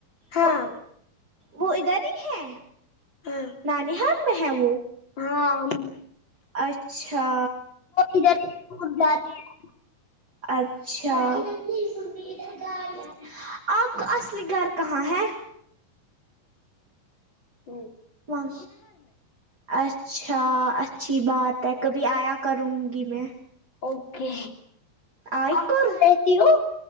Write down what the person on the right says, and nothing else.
وہ وہ ادھر ہی ہے
نانی حال میں ہے وہ
اچھا
اچھا <unintelligible> آپ کا اصلی گھر کہاں ہے
واں اچھا اچھی بات ہے کبھی آیا کروں گی میں
آی
کور